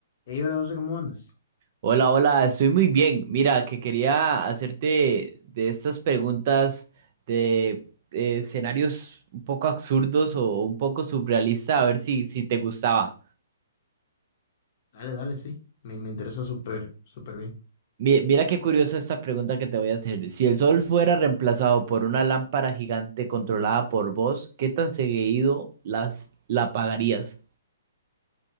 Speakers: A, on the left; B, on the right.
A: Ey, hola José, ¿cómo andas?
B: Hola, hola, estoy muy bien. Mira, que quería hacerte de estas preguntas de eh, escenarios un poco absurdos o un poco surrealistas, a ver si, si te gustaba.
A: Dale, dale, sí. Me, me interesa súper, súper bien.
B: Mi- Mira qué curiosa esta pregunta que te voy a hacer. Si el sol fuera reemplazado por una lámpara gigante controlada por vos, ¿qué tan seguido las, la apagarías?